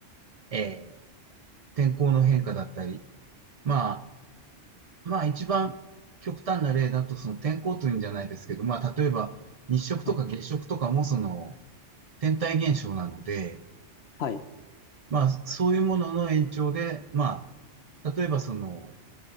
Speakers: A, on the right; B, on the left.
A: えー天候の変化だったり、まあ、まあ一番極端な例だと、その天候というんじゃないですけど、まあ例えば日食とか月食とかもその
B: はい、
A: 天体現象なので、
B: はい、
A: まあそういうものの延長で、まあ例えばその